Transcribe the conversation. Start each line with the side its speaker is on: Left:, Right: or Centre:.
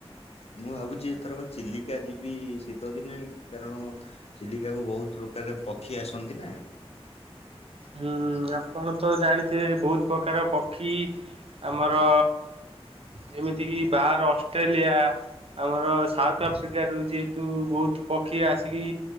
Left: ମୁଁ ଭାବୁଚି ଏଥରକ ଚିଲିକା ଯିବି ଶୀତ ଦିନେ କାରଣ ଚିଲିକା କୁ ବୋହୁତ ପ୍ରକାର ପକ୍ଷୀ ଆସନ୍ତି ନା?
Right: ହୁଁ ଆପଣ ତ ଜାଣିଥିବେ ବୋହୁତ ପ୍ରକାର ପକ୍ଷୀ ଆଉ ଆମର ଯେମିତିକି ବାହହାର ଅଷ୍ଟ୍ରେଲିଆ। ଆମର ସାଉଥଆଫ୍ରିକରୁ ଯେହେତୁ ବୋହୁତ ପ କ୍ଷୀ ଆସିକି